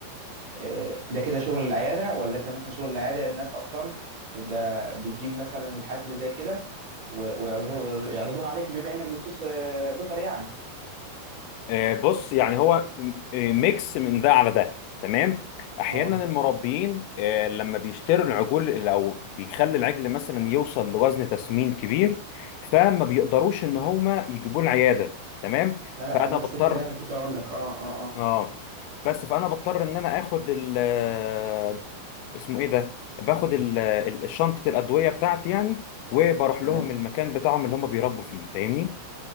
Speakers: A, on the right; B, on the left.
A: آه، ده كده شغل العيادة ولا انت مثلا شغل العيادة الناس اصلا تبقى بتجيب مثلا الحالات اللي زي كده و- ويعرضوها يعرضوها عليك بما انك دكتور آه، بيطري يعني
B: آه، بص يعني هو م- آه، ميكس من ده على ده تمام
A: اه
B: احيانا المربيين آه، لما بيشتروا العجول او بيخلي العجل مثلا يوصل لوزن تسمين كبير فما بيقدروش ان هما يجيبوه العياده تمام
A: ما انا
B: فانا
A: أنا
B: بضطر
A: نفس الكلام كنت اقول لك اه اه اه
B: اه بس فانا بضطر ان انا اخد ال آه، اسمه ايه ده باخد ال- آه، ال- شنطه الادويه بتاعتي يعني وبروح
A: تمام
B: لهم المكان بتاعهم اللي هم بيربوا فيه فاهمني